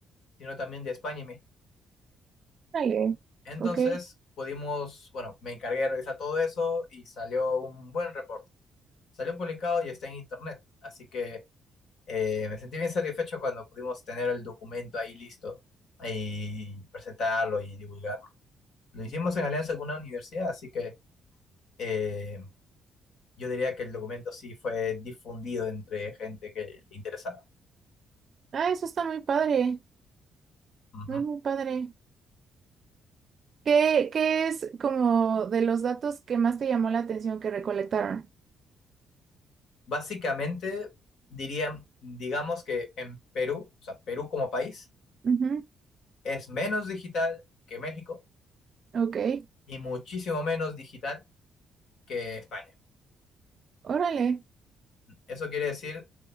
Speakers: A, on the left; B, on the right.
A: sino también de España y México.
B: Vale.
A: Entonces
B: Ok.
A: pudimos, bueno, me encargué de revisar todo eso y salió un buen reporte. Salió publicado y está en internet, así que Eh, me sentí bien satisfecho cuando pudimos tener el documento ahí listo y presentarlo y divulgarlo. Lo hicimos en alianza con una universidad, así que eh, yo diría que el documento sí fue difundido entre gente que le interesaba.
B: Ah, eso está muy padre,
A: Ujú.
B: muy, muy padre. ¿Qué, qué es como de los datos que más te llamó la atención que recolectaron?
A: Básicamente, diría, digamos que en Perú, o sea, Perú como país,
B: Ujú,
A: es menos digital que México
B: Ok,
A: y muchísimo menos digital que España.
B: órale,
A: Eso quiere decir,